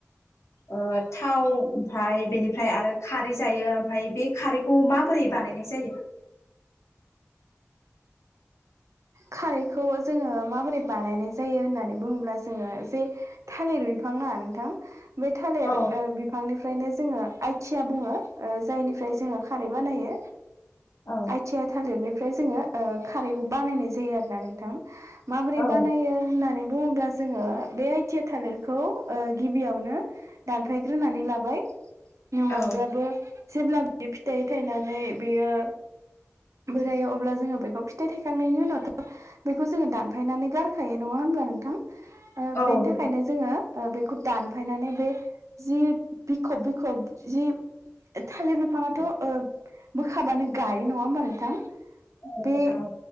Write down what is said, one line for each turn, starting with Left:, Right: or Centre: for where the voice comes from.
Left: ओ थाव ओमफ्राय बेनिफ्राय आरो खारै जायो ओमफ्राय बे खारैखौ माबोरै बानायनाय जायो
Right: खारैखौ जोङो माबोरै बानायनाय जायो होननानै बुङोब्ला जोङो जे थालिर बिफां ना नोंथां बे थालिर
Left: औ
Right: बिफांनिफ्रायनो जोङो आइथिया बुङो ओ जायनिफ्राय जोङो खारै बानायो
Left: औ
Right: आइथि थालिरनिफ्राय जोङो ओ खारैखौ बानायनाय जायो आरो ना नोंथां माबोरै
Left: औ
Right: बानायो होननानै बुङोब्ला जोङो बे आइ टि आ थालिरखौ गिबियावनो दानफायग्रोनानै लाबाय नङाब्लाबो
Left: औ
Right: जेब्ला फिथाइ थायनानै बेयो बोरायो अब्ला जोङो बेखौ फिथाइ थायखांनायनि उनावथ' बेखौ जोङो दानफायनानै गारखायो नङा होनब्ला नोंथां
Left: औ
Right: बेनि
Left: नोंथां
Right: थाखायनो जोङो बेखौ दानफायनानै बे जि बिखब बिखब जि थालिर बिफाङाथ'
Left: औ
Right: ओ बोखाबानो गायो नङा होमबा नोंथां
Left: औ
Right: बे
Left: थाव